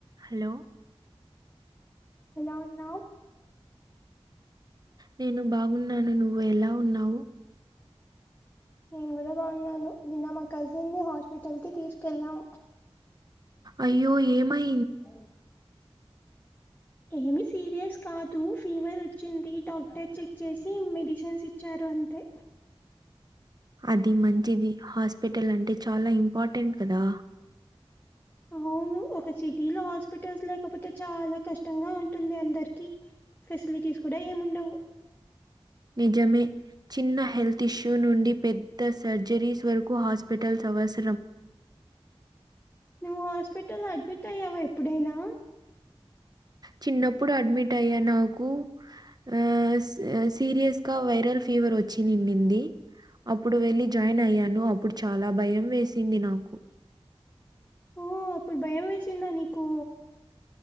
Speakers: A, on the right; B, on the left.
A: Hello
B: ఎలా ఉన్నావ్
A: నేను బాగున్నాను నువ్వు ఎలా ఉన్నావ్
B: నేను కూడా బాగున్నాను నిన్న మా కజిన్ ని హాస్పిటల్ కి తీసుకెళ్ళాం
A: అయ్యో ఏమై
B: అవు ఏమి సీరియస్ కాదు ఫీవర్ వచ్చింది డాక్టర్ చెక్ చేసి మెడిసిన్స్ ఇచ్చారు అంతే
A: అది మంచిది హాస్పిటల్ అంటే చాలా ఇంపార్టెంట్ కదా
B: ఆ అవును ఒక సిటీలో హాస్పిటల్స్ లేకపోతే చాలా కష్టంగా ఉంటుంది అందరికి ఫెసిలి తీసు కూడా ఏముండవు
A: నిజమే చిన్న హెల్త్ ఇష్యూ నుండి పెద్ద సర్జరీస్ వరకు హాస్పిటల్స్ అవస
B: నువ్వు హాస్పిటల్ అడ్మిట్ అయ్యావా ఎప్పుడైనా
A: చిన్నప్పుడు అడ్మిట్ అయ్యా నాకు ఆ సీరియస్ గా వైరల్ ఫీవర్ వచ్చి నిండింది ఇప్పుడు వెళ్లి జాయిన్ అయ్యాను అప్పుడు చాలా భయం వేసింది నాకు
B: ఓ అప్పుడు భయం వేసిందా నీకు